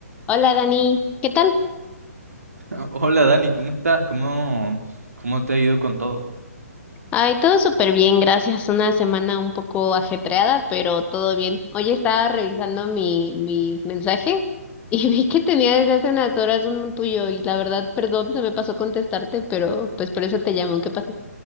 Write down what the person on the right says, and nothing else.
<laughs> Hola Dani, ¿cómo estás? ¿Cómo, cómo te ha ido con todo?